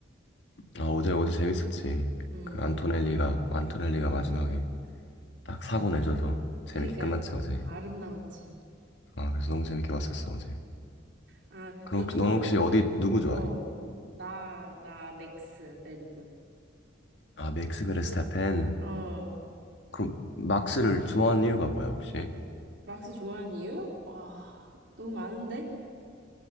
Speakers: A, on the left; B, on the right.
A: 아, 어제, 어제 재밌었지.
B: 음,
A: 그, 안토넬리가, 안토넬리가 마지막에 딱 사고 내줘서 재밌게
B: 그니까,
A: 끝났지, 어제.
B: 아름다웠지.
A: 아, 그래서 너무 재밌게 봤었어, 어제.
B: 아,
A: 그럼
B: 너
A: 혹-
B: 좋아한,
A: 너는 혹시 어디, 누구 좋아해?
B: 어, 나, 나, 맥스, 레드불.
A: 아, 맥스 베르스타펜.
B: 어,
A: 그럼, 막스를 좋아하는 이유가 뭐야, 혹시?
B: 막스 좋아하는 이유? 와, 너무 많은데?